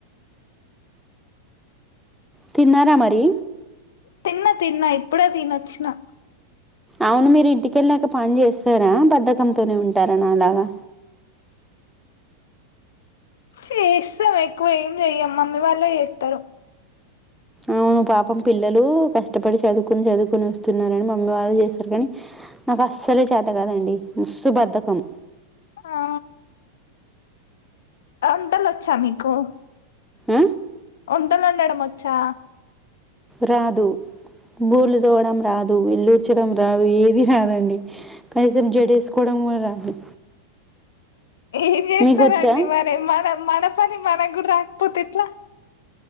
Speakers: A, in the centre; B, on the left (about 60°).
A: తిన్నారా మరి
B: తిన్నా తిన్నా ఇప్పుడే తినొచ్చిన
A: అవును మీరు ఇంటికెళ్ళాక పని చేస్తారా బద్దకంతోనే ఉంటార నాలాగా
B: చేస్తాం ఎక్కువ ఏం చెయ్యం మమ్మీ వాళ్ళే చేస్తారు
A: అవును పాపం పిల్లలూ కష్టపడి చదువుకొని చదువుకొని వస్తున్నరని మమ్మీ వాళ్ళు చేస్తారు కానీ నాకు అస్సల్ చేత కాదండి మస్స్తు బద్దకం
B: అ వంటలొచ్చా మీకు
A: ఉ
B: వంటలు వండడం వచ్చా
A: రాదు భూలు దొడం రాదు ఇల్ళూర్చడం రాదు ఏది రాదండి కనీసం జడ వేసుకోవడం కూడా రాదు
B: ఏం చేస్తారండి
A: మీకు వచ్చా
B: మరే మన మన పని మన కూడా రాపోతే ఇట్లా